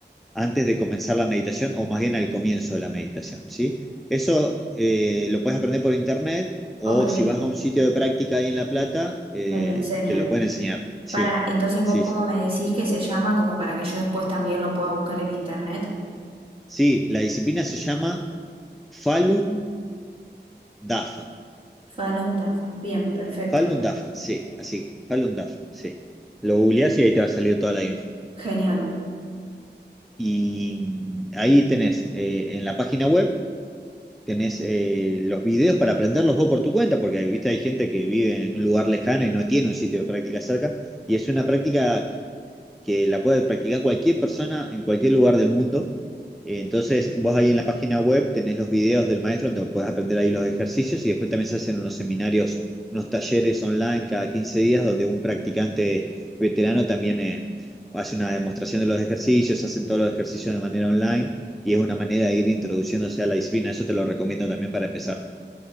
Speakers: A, in the centre; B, on the right.
A: antes de comenzar la meditación o más bien al comienzo de la meditación, ¿sí? Eso eh, lo puedes aprender por internet o
B: ok,
A: si vas a un sitio de práctica ahí en La Plata, eh,
B: me lo enseñan.
A: te lo pueden enseñar. Sí,
B: Para, entonces
A: sí,
B: vos cómo
A: sí.
B: me decís que se llama como para que yo después también lo pueda buscar en internet.
A: Sí, la disciplina se llama Falun Dafa.
B: Falum Tafa. Bien, perfecto.
A: Falun Dafa, sí, así, Falun Dafa, sí. Lo googleás y ahí te va a salir toda la info.
B: Genial.
A: Y mm, ahí tenés eh, en la página web tenés eh, los videos para aprenderlos vos por tu cuenta, porque ¿viste? hay gente que vive en un lugar lejano y no tiene un sitio de práctica cerca, y es una práctica que la puede practicar cualquier persona en cualquier lugar del mundo. Eh, Entonces, vos ahí en la página web tenés los videos del maestro donde podés aprender ahí los ejercicios y después también se hacen unos seminarios, unos talleres online cada 15 días donde un practicante veterano también eh, hace una demostración de los ejercicios, hacen todos los ejercicios de manera online y es una manera de ir introduciéndose a la disciplina. Eso te lo recomiendo también para empezar.